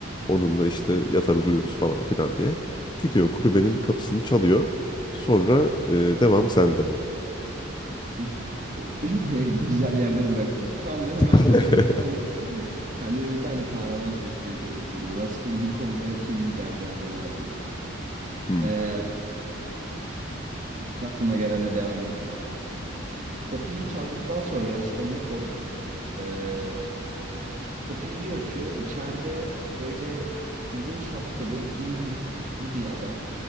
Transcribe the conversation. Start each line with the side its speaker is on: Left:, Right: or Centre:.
Left: Onunla işte yatarız uyuruz falan filan diye. Gidiyor kulübenin kapısını çalıyor. Sonra e, devam sende.
Right: Uf. <laughs> Güzel yerde bıraktın. Şu anda hemen
Left: <laughs>
Right: kendime bir tane kendime bir tane kahraman seçmeye çalışıyorum. Raskolnikov'la kim giderdi acaba diye.
Left: Hmm,
Right: Ee, ilk aklıma gelenle devam edeyim. Kapıyı çaldıktan sonra Raskolnikov ee, Kapıyı bir açıyor. İçeride böyle uzun şapkalı İngiliz tipli bir adam.